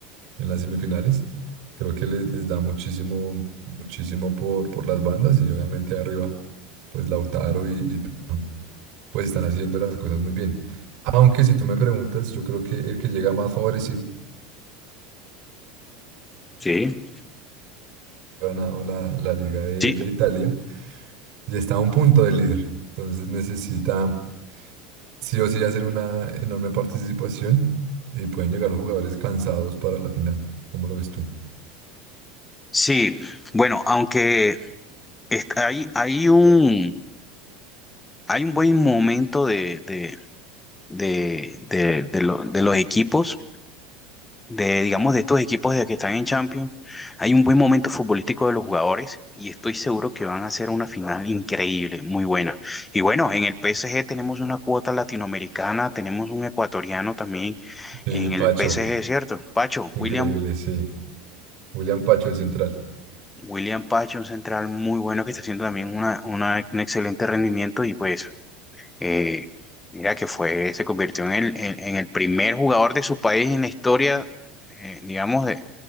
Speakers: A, on the right; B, on the left.
A: en las semifinales. Creo que les, les da muchísimo, muchísimo por, por las bandas y obviamente arriba, pues Lautaro y, y tú, pues están haciendo las cosas muy bien. Aunque si tú me preguntas, yo creo que el que llega más favorecido
B: Sí,
A: ha ganado la, la Liga de,
B: sí,
A: de Italia y está a un punto del líder. Entonces necesita sí o sí hacer una enorme participación y pueden llegar los jugadores cansados para la final. ¿Cómo lo ves tú?
B: sí. Bueno, aunque est- hay, hay un, hay un buen momento de, de, de, de, de lo- de los equipos de, digamos, de estos equipos de que están en Champions, hay un buen momento futbolístico de los jugadores y estoy seguro que van a hacer una final increíble, muy buena. Y bueno, en el PSG tenemos una cuota latinoamericana, tenemos un ecuatoriano también
A: Sí,
B: en
A: Pacho,
B: el PSG, ¿cierto? Pacho,
A: increíble,
B: William,
A: sí. William Pacho, el central.
B: William Pacho, un central muy bueno que está haciendo también una, una- un excelente rendimiento y pues... eh, Mira que fue, se convirtió en el, en, en el primer jugador de su país en la historia, eh, digamos, de,